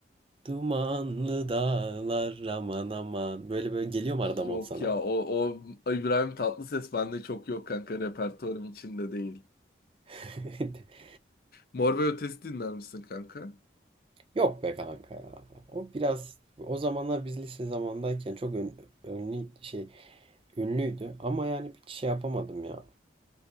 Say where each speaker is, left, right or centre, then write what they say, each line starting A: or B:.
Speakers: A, on the right (about 30°); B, on the left (about 50°).
A: dumanlı dağlar aman aman böyle böyle geliyor mu arada mod
B: Yok
A: sana?
B: ya o, o İbrahim Tatlıses bende çok yok kanka repertuarım içinde değil.
A: <laughs>
B: Mor ve Ötesi dinler misin kanka?
A: Yok be kanka ya. O biraz o zamanlar biz lise zamandayken çok ön, önlü şey ünlüydü ama yani bir şey yapamadım ya.